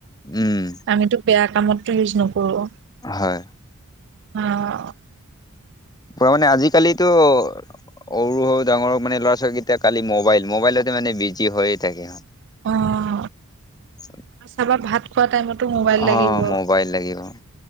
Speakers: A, on the left; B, on the right.
A: উম।
B: আমিতো বেয়া কামতটো ইউজ নকৰো।
A: হয়।
B: অ'।
A: পোৱা মানে আজিকালিতো সৰু সৰু ডাঙৰ মানে ল'ৰা ছোৱালীকেইটা কালি মোবাইল, মোবাইলতে মানে বিজি হৈয়ে থাকে সিহঁত।
B: অ'।
A: <unintelligible>
B: চাবা ভাত খোৱা টাইমতো মোবাইল
A: অ
B: লাগিব।
A: মোবাইল লাগিব।